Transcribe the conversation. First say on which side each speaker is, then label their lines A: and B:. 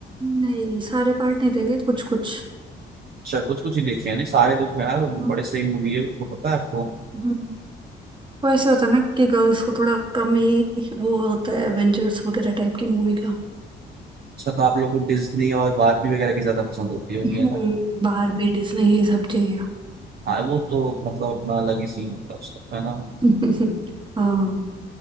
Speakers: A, on the right (about 25°); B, on the right (about 50°).
A: नहीं सारे पार्ट नहीं देखे कुछ कुछ
B: अच्छा कुछ कुछ ही देखे हैं नहीं सारे देखो यार
A: हम्म,
B: बड़े सही मूवी है वो तो पता है आपको
A: हम्म। वो ऐसे होता है ना कि गर्ल्स को थोड़ा कम ही वो होता है एवेंजर्स वगैरह टाइप की मूवी का
B: अच्छा तो आप लोग को डिज्नी और बारबी वगैरह की ज्यादा पसंद होती होगी
A: हम्म,
B: है ना
A: बारबी डिज्नी ये सब चाहिए
B: हाँ वो तो मतलब अपना अलग ही सीन होता है उसका तो है ना
A: <laughs> हाँ